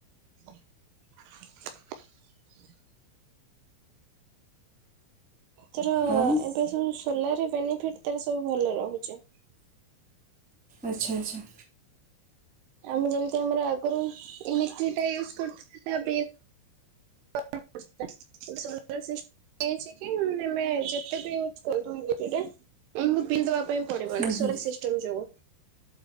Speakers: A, on the right; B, in the centre.
A: <inaudible> ତର
B: ଆଉ
A: ଏବେ ସବୁ ସୋଲାରେ ବେନିଫିଟ ତାର ସବୁ ଭଲ ରହୁଛି।
B: ଆଚ୍ଛା ଆଚ୍ଛା।
A: ଆମେ ଯେମିତି ଆମର ଆଗରୁ ଇଲେଟ୍ରି ଟା ୟୁଜ କରୁଥିଲେ <unintelligible> <unintelligible> ହେଇଚି <unintelligible> ଯେତେ ବି ୟୁଜ କୁ <unintelligible> ପିବା ପାଇଁ ପଡିବନି
B: ହୁଁ
A: ସୋଲାର
B: ହୁଁ
A: ସିଷ୍ଟମ ଯୋଗୁ।